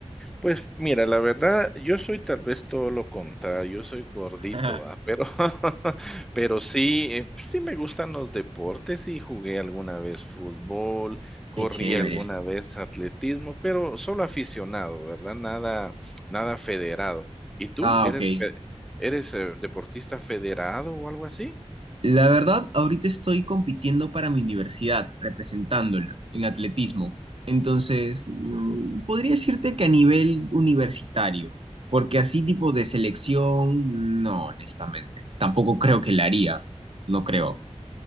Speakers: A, in the centre; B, on the right.
A: Pues mira, la verdad, yo soy tal vez todo lo contrario, yo soy gordito,
B: <laughs>
A: ¿va? Pero, <laughs> pero sí, eh, pues sí me gustan los deportes y jugué alguna vez fútbol, corrí
B: Qué chévere.
A: alguna vez atletismo, pero solo aficionado, ¿verdad? Nada, nada federado. ¿Y tú
B: Ah,
A: eres,
B: ok.
A: fe- eres eh, deportista federado o algo así?
B: La verdad, ahorita estoy compitiendo para mi universidad, representándola en atletismo. Entonces, mm, podría decirte que a nivel universitario, porque así tipo de selección, no, honestamente. Tampoco creo que la haría, no creo.